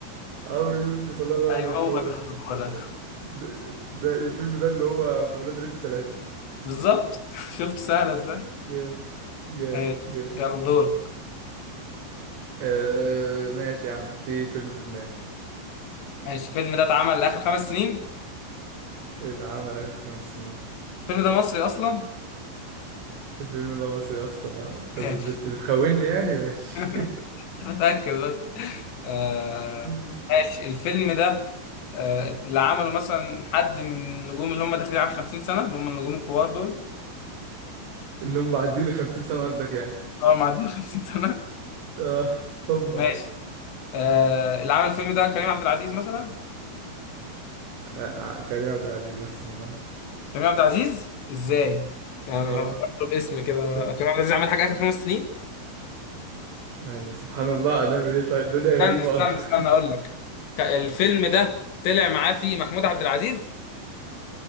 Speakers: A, on the right; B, on the left.
A: عمرو يوسف الله ينور
B: ايوه
A: عليك
B: هو
A: هو
B: ده
A: ده
B: هو ده
A: ده ده الفيلم ده اللي هو ولاد رزق تلاتة
B: بالظبط <laughs> شفت سهله ازاي
A: جامد جامد
B: إيه،
A: جامد
B: يلا دورك
A: آه ماشي يا عم في فيلم في دماغي
B: ماشي الفيلم ده اتعمل لاخر خمس سنين
A: اتعمل آخر خمس سنين
B: الفيلم ده مصري اصلا
A: الفيلم ده مصري أصلا آه. طب
B: ماشي
A: بت بتخوني يعني ماشي
B: <laughs>
A: <laughs>
B: متاكد بس آه
A: ماشي.
B: ماشي الفيلم ده آه، اللي عمله مثلا حد من النجوم اللي هم داخلين على 50 سنه اللي هم النجوم الكبار دول
A: اللي هم معديه لي 50 سنة قصدك يعني
B: اه معديين 50 سنه
A: اه هم
B: ماشي
A: آه.
B: آه اللي عمل الفيلم ده كريم عبد العزيز مثلا
A: آه، كريم عبد العزيز مثلا
B: كريم عبد العزيز ازاي يعني
A: اه
B: أنا
A: اه
B: بطلب اسم كده
A: شو
B: كريم عبد العزيز عمل حاجه اخر خمس سنين
A: يعني سبحان الله هنعمل ايه طيب الدنيا
B: استنى
A: غريبة
B: استنى
A: والله.
B: استنى
A: <laughs>
B: اقول لك ك- الفيلم ده طلع معاه فيه محمود عبد العزيز